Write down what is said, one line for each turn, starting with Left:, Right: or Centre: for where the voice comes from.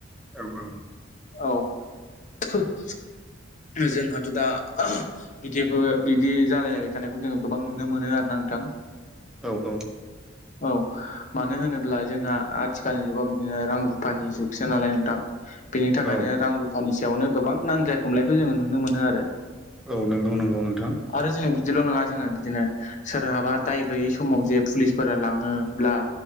Centre: औ औ।
Left: औ <unintelligible> जोंहाथ' दा बिदिबो बिदि जालायलायबाय थानायखौ जोङो गोबां नुनो मोनो आरोना नोंथां।
Centre: औ औ।
Left: औ। मानो होनोब्ला जोंहा आथिखालनि जुगाव बिदिनो रां रुफानि जुगसो नालाय नोंथां। बेनि थाखायनो
Centre: औ
Left: रां रुफानि सायावनो गोबां नांज्लाय खमलायखौ जोङो नुनो मोनो आरो।
Centre: औ नंगौ नंगौ नोंथां।
Left: आरो जोङो बिदिल' नङा जोङो बिदिनो सोरहाबा दाय गैयै समाव जे पुलिसफोरा लाङोब्ला